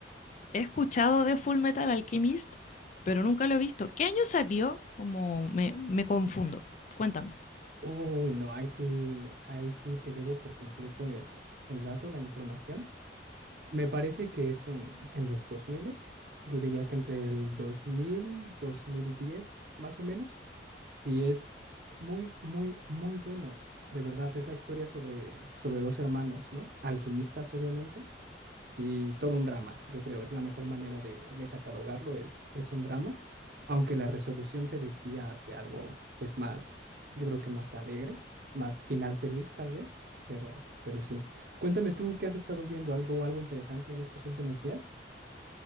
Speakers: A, on the left; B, on the right.
A: He escuchado de Full Metal Alchemist, pero nunca lo he visto. ¿Qué año salió? Como me, me confundo. Cuéntame.
B: Uy, no, ahí sí, ahí sí te debo por completo el, el dato, la información. Me parece que es en, en los 2000, yo diría que entre el dos dos mil dos mil diez más o menos, y es muy, muy, muy bueno. De verdad, es la historia sobre, sobre dos hermanos, ¿no? Alquimistas, obviamente, y todo un drama, yo creo, es la mejor manera de, de catalogarlo, es, es un drama, aunque la resolución se desvía hacia algo pues más, yo creo que más alegre, más final feliz tal vez, pero, pero sí. Cuéntame tú, ¿qué has estado viendo? ¿Algo, algo interesante en estos últimos días?